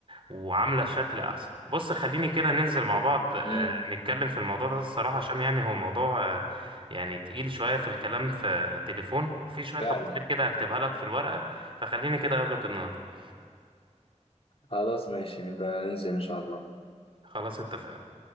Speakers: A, on the right; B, on the left.
A: وعاملة شكل أحسن بص خليني كده ننزل مع بعض آه،
B: امم
A: نتكلم في الموضوع ده الصراحة عشان يعني هو موضوع آه، يعني تقيل شوية في الكلام في تليفون وفي شوية
B: فعلا
A: تفاصيل كده هكتبها لك في الورقة فخليني كده أقابلك النهاردة
B: خلاص ماشي نبقى ننزل إن شاء الله
A: خلاص اتفقنا